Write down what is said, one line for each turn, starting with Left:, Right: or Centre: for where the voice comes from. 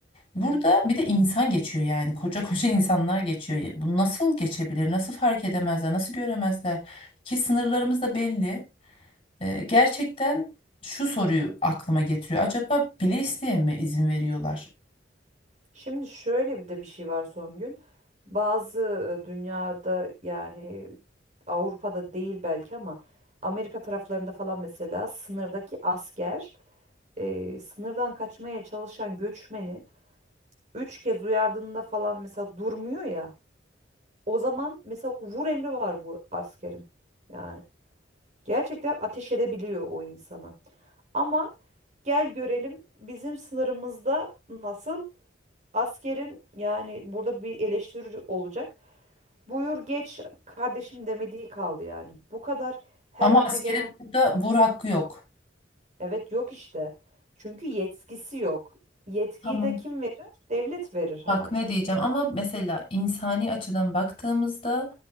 Left: Burada
Right: Hı hı.
Left: bir de insan geçiyor yani koca koca <laughs> insanlar geçiyor. Bu nasıl geçebilir? Nasıl fark edemezler? Nasıl göremezler? Ki sınırlarımız da belli. Ee, gerçekten şu soruyu aklıma getiriyor. Acaba bile isteye mi izin veriyorlar?
Right: şimdi şöyle bir de bir şey var Songül. Bazı e, dünyada yani Avrupa'da değil belki ama Amerika taraflarında falan mesela sınırdaki asker e, sınırdan kaçmaya çalışan göçmeni üç kez uyardığında falan mesela durmuyor ya. O zaman mesela vur emri var bu askerin. Yani gerçekten ateş edebiliyor o insanı. Ama gel görelim bizim sınırımızda nasıl askerin yani burada bir eleştiri olacak. Buyur geç kardeşim demediği kaldı yani. Bu kadar her
Left: Ama
Right: önüne
Left: askerin
Right: gelen
Left: burada vur hakkı yok.
Right: evet yok işte. Çünkü yetkisi yok. Yetkiyi
Left: Tamam.
Right: de kim verir? Devlet verir hani.
Left: Bak ne diyeceğim ama mesela insani açıdan baktığımızda